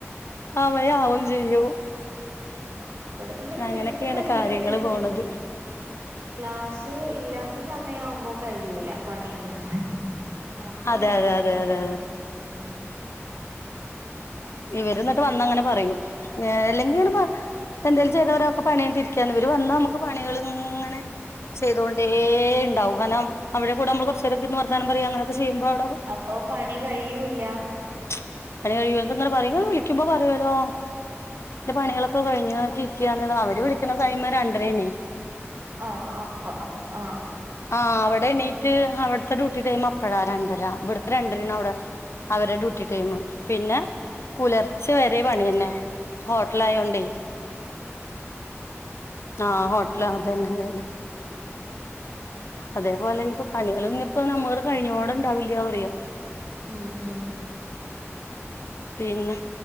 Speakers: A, on the left; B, on the right.
A: അമയാവും ചെയ്യൂ
B: ഇബടെ പിന്നെ നേരത്തെ
A: അങ്ങനെയൊക്കെയാണ്
B: കയ്യലൊക്കെണ്ട്
A: കാര്യങ്ങള് പോണത്
B: ക്ലാസ് ഇല്ലാത്ത സമയാവുമ്പോ കയ്യൂല പണിയൊന്നും അപ്പൊ
A: അതെ
B: നേരം
A: അതെ
B: വൈകും
A: അതെ അതെ
B: ഉം ഉം
A: ഇവര്ന്നട്ട് വന്നങ്ങനെ പറയും നേല്ലെങ്കി ങ്ങട്ട് പ എന്തേലും ചെയ്തവരൊക്കെ പണിയേണ്ടിരിക്കണ് ഇവര് വന്നാ നമുക്ക് പണികള്ങ്ങനെ ചെയ്തോണ്ടേണ്ടാവും കാര്ണം അവര്ടെ കൂടെ നമ്മള് കൊറ്ച്ചേരക്കിര് ന്ന് വർത്താനം പറിയ അങ്ങനൊക്കെ ചെയ്യുമ്പോ അവ്ടെ
B: അപ്പൊ പണി കയ്യൂല്ല
A: ച്ചും പണി കയ്യുല ത്ങ്ങനെ പറിം ങ്ങള് വിളിക്കുമ്പോ പറയോലോ ന്റെ പണികളൊക്കെ കഴിഞ്ഞ് തിരിക്ക്യാ ണ്ന്ന് അവര് വിളിക്കണ ടൈം രണ്ടരേണേ
B: ആഹ് അപ്പ അപ് ആഹ്
A: ആഹ് അവ്ടെ എണീറ്റ് അവിട്ത്തെ ഡ്യൂട്ടി ടൈം അപ്പഴാ രണ്ടരാ ഇവിട്ത്തെ രണ്ടരാണ് അവിടെ അവരുടെ ഡ്യൂട്ടി ടൈം പിന്നെ പുലർച്ച വരെ പണിയന്നെ ഹോട്ടലായോണ്ടേ ആഹ് ഹോട്ടലാ തന്നെ തന്നെ അതേപോലെ ന്നെ ഇപ്പൊ പണികള് ഞ്ഞുപ്പം ഞമ്മള് കയ്ഞ്ഞോടെണ്ടാവില്ല്യ പറയോ
B: ഉം ഉം
A: പിന്നെ